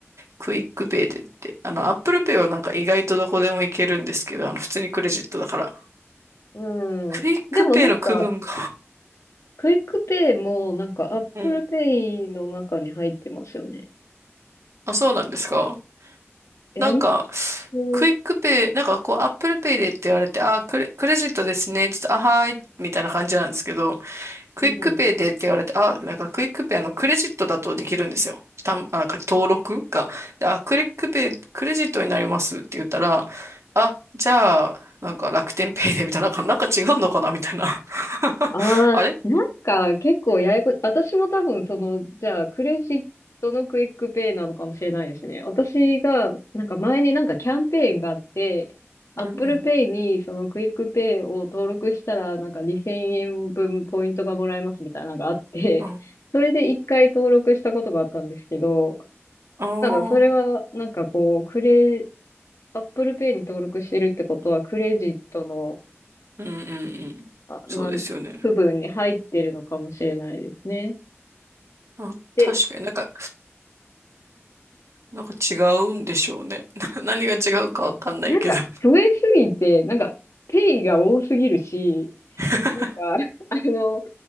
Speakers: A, on the right; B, on the left.
A: クイックペイでって、あの、アップルペイはなんか意外とどこでもいけるんですけど、あの、普通にクレジットだから。
B: うん。
A: クイックペイの区分が、
B: でもなんか、クイックペイもなんか、アップルペ
A: <laughs> うん。
B: イの中に入ってますよね。
A: あ、そうなんですか
B: え、
A: なんか、
B: あの、う
A: クイックペイ、なんかこう、アップルペイでって言われて、あ、クレ、クレジットですね。ちょっと、あ、はーい。みたいな感じなんですけど、クイックペイでって言われて、
B: ん。
A: あ、なんかクイックペイ、あの、クレジットだとできるんですよ。たん、あ、なんか登録が。であ、クイックペイ、クレジットになりますって言ったら、あ、じゃあ、なんか楽天ペイでみたいな、なんかなんか違うのかなみたいな。<laughs>
B: ああ、
A: あれ
B: なんか結構ややこ、私も多分その、じゃあクレジットのクイックペイなのかもしれないですね。私が、なんか前になんかキャンペーンがあって、Apple
A: うん
B: Pay にそのクイックペイを登録したらなんか2000円分ポイントがもらえますみたいなのがあって、
A: うん。あ
B: それで一回登録したことがあったんですけど、
A: あ
B: なんかそれはなんかこう、クレ、Apple Pay に登録してるってことはクレジットの
A: ー、うんうんうん。
B: あな部分に入ってるのかもしれないですね。
A: そうですよね。あ、
B: で、
A: 確かになんか、なんか違うんでしょうね。<laughs> 何が違うかわかんないけど。
B: もうなんか増えすぎて、なんかペイが多すぎるし、
A: <laughs>
B: なんか、<laughs> あの、